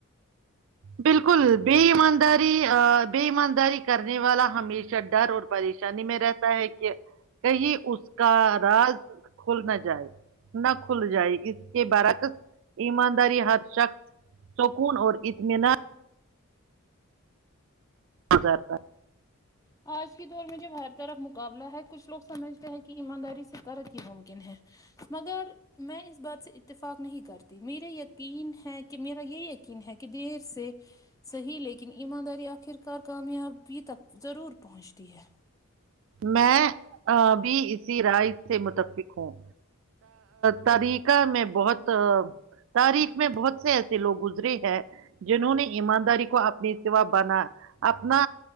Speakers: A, on the right; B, on the left.
A: بالکل بیی ہم داری بی م داری کرنے والا ہمیشہ ڈر اور پریشانی میں رہتا ہے کہ کہیں اس کا راز کھل نہ جائے نہ کھل جائے اس کے برعکس ایمانداری ہر شخص سکون اور اس ہے نا گزارتا
B: آج دور میں جب ہر طرف مقابلہ ہے کچھ لوگ سمجھتے ہیں کہ ایمانداری سے ترق ہی ممکن ہے مگر میں اس بات سے اتفاق نہیں کرتی میرے یقین ہے کہ میرا یہ یقین ہے کہ دیر سے صحیح لیکن ایمانداری آخر کار کامیابی تک ضرور پہنچتی ہے
A: میں بھی اسی رائے سے متفق ہوں تارییکہ میں بہت تاریخ میں بہت سے ایسے لوگ گزرے ہیں جنہوں نے ایمانداری کو اپنی ا بنا اپنا